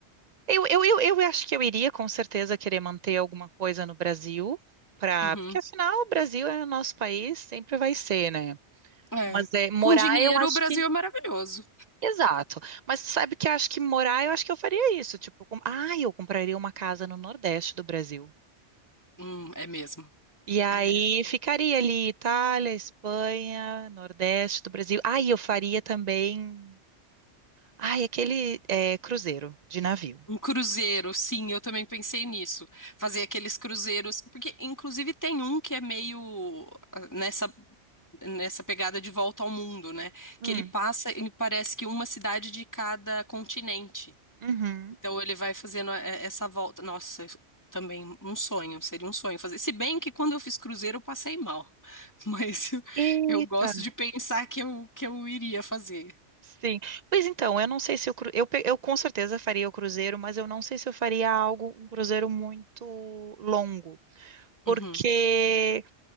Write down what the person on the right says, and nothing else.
Eu, eu, eu, eu acho que eu iria com certeza querer manter alguma coisa no Brasil, pra...
porque afinal o Brasil é o nosso país, sempre vai ser, né?
Mas é, morar
eu acho
que
Exato. Mas sabe que eu acho que morar, eu acho que eu faria isso. Tipo, com... ah, eu compraria uma casa no Nordeste do Brasil.
E aí
ficaria ali Itália, Espanha, Nordeste do Brasil. Ah, e eu faria também. Ai, aquele é, cruzeiro de navio.
Hum,
uhum.
Eita.
Sim. Pois então, eu não sei se eu, eu, pe- eu com certeza faria o cruzeiro, mas eu não sei se eu faria algo, um cruzeiro muito longo. Porque